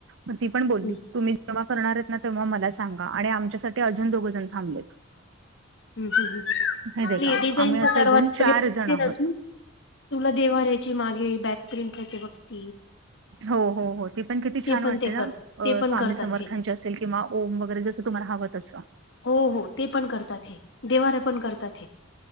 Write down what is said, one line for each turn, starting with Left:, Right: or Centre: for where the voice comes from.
Right: ग ती पण बोलली
Left: हम्म
Right: तुम्ही जेव्हा करणार आहेत ना तेव्हा मला सांगा आणि आमच्यासाठी अजून दोघं जण थांबलेत
Left: ह फ
Right: माहिती आहे का
Left: डिझाईनचा
Right: आम्ही असे
Left: तरवाज
Right: एकूण चार
Left: वगैर
Right: जण आहोत
Left: तुला देवाारयची मागे बॅक प्रिंट आहेते बघती
Right: हो हो हो ते पण किती छान
Left: पण
Right: वाटते
Left: ते करतात
Right: ना
Left: ते
Right: अ
Left: पण
Right: स्वामी
Left: करतात
Right: समर्थन
Left: हे
Right: जे असेल किंवा ओम वगैरे जसं तुम्हाला हवत असं
Left: हो हो ते पण करतात हे देवाऱ्या पण करतात हे